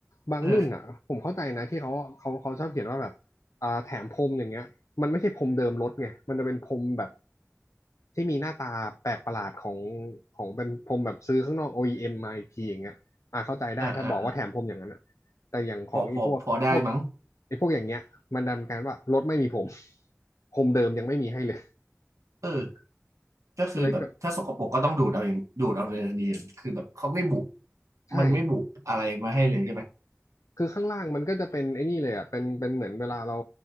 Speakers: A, on the left (about 80°); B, on the right (about 80°).
A: บางรุ่นอ่ะผมเข้าใจนะที่เขาเขาเขาชอบเขียนว่าแบบอ่าแถมพรมอย่างเงี้ยมันไม่ใช่พรมเดิมรถไงมันจะเป็นพรมแบบ
B: เออ
A: ที่มีหน้าตาแปลกประหลาดของของเป็นพรมแบบซื้อข้างนอก OEM มมาอีกทีอย่างเงี้ยอ่าเข้าใจได้ถ้าบอกว่าแถมพรมอย่างนั้นอ่ะ
B: อ่าอ่าอ่า
A: แต่อย่างของไอ้พวกพวก
B: พอพอพอได้มั้ง
A: ไอ้พวกอย่างเงี้ยมันดันกันว่ารถไม่มีพรมพรมเดิมยังไม่มีให้เลย
B: เออก็คือแบบถ้าสกปรกก็ต้องดูดเอาเองดูดเอาเลยดีคือแบบเขาไม่บุ
A: เป็นอะไรที่แบบใช่
B: มันไม่บุอะไรมาให้เลยใช่ไหม
A: คือข้างล่างมันก็จะเป็นไอ้นี่เลยอ่ะเป็นเป็นเหมือนเวลาเรา